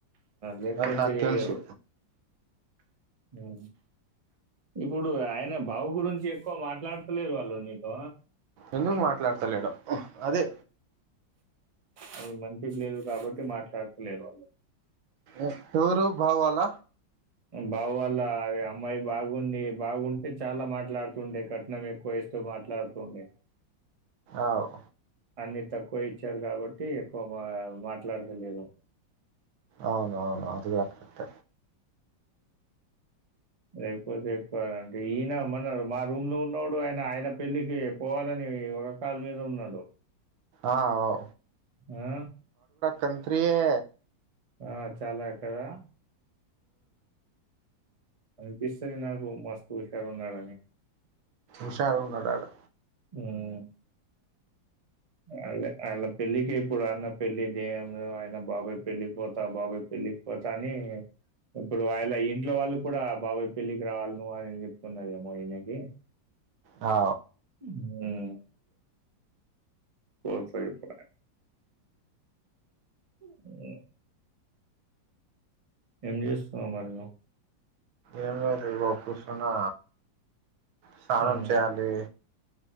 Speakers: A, on the right; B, on the right.
A: లేకపోతే
B: అది నాకు
A: చేయడు
B: తెలుసు
A: హ ఇప్పుడు ఆయన బావు గురించి ఎక్కువ మాట్లాడుతలేరు వాళ్ళు నీతో
B: ఎందుకు మాట్లాడతలేడు అదే
A: అవి మంచికి లేదు కాబట్టి మాట్లాడతలేరు వాళ్ళు
B: ఎవరు బావ వల్ల
A: బావ వాళ్ళ అవి అమ్మాయి బాగుంది బాగుంటే చాలా మాట్లాడుతుండే కట్నం ఎక్కువ ఇస్త తో మాట్లాడుతుండే
B: అవు
A: అన్ని తక్కువ ఇచ్చారు కాబట్టి ఎక్కువ మా మాట్లాడలేరు
B: అవును అవును అది కూడా కరెక్ట్
A: రేపు ఎక్వ అంటే ఈయన మన మా రూమ్ లో ఉన్నవాడు ఆయన ఆయన పెళ్లికి పోవాలని బగా కాళ మీద ఉన్నాడు
B: ఆవు
A: ఆ
B: కంత్రి ఏ
A: ఆ చాలా కదా అనిపిస్తుది నాకు మస్తు హుషారు ఉన్నాడని
B: ఉషారున్నడు ఆడు
A: ఉమ్ అ అళ పెళ్ళకి ఇప్పుడు అన్న పెళ్ళి దేయ బాబాయ్ పెళ్ళి పోతా బాబాయ్ పెళ్లికి పోత అని ఇప్పుడు వాళ్ళ ఇంట్లో వాళ్ళు కూడా బాబాయ పెళ్లికి రావాలను అని చెప్తున్నారేమో ఈయనకి
B: ఆ
A: ఉమ్ పో సగే ప అ ఏం చేస్తునావ్ మరి నువ్వు
B: ఏం లేదు కూర్చున్నా స్నానం
A: హ్మ్.
B: చేయాలి